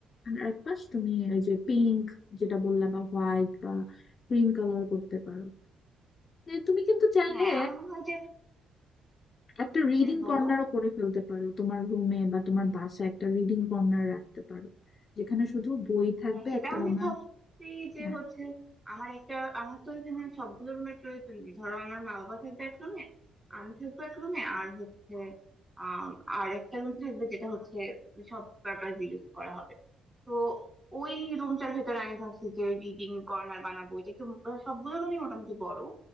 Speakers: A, on the left (about 45°); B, in the centre.
A: আর একপাশ তুমি ওই যে পিঙ্ক যেটা বললা বা হোয়াইট বা ক্রিম কালার করতে পারো যে তুমি কিন্তু চাইলে
B: হ্যাঁ আমার মনে হয় যে
A: একটা রিডিং
B: হ্যাঁ বলো
A: কর্নারও করে ফেলতে পারো তোমার রুমে বা তোমার বাসায় একটা রিডিং কর্নার রাখতে পারো যেখানে শুধু বই থাকবে
B: হ্যাঁ সেটা
A: একটা
B: আমি
A: আমার
B: ভাবছি যে
A: হ্যাঁ
B: হচ্ছে আমার একটা আমার তো এখানে সবগুলো রুমের প্রয়োজন নেই ধরো আমার মা বাবা থাকবে এক রুমে আমি থাকবো এক রুমে আর হচ্ছে আম, আর একটা রুম থাকবে যেটা হচ্ছে সব পারপাস ইউজ করা হবে তো ওই রুমটার ভেতরে আমি ভাবছি যে রিডিং কর্নার বানাবো এটা একটু সবগুলো রুমই মোটামুটি বড়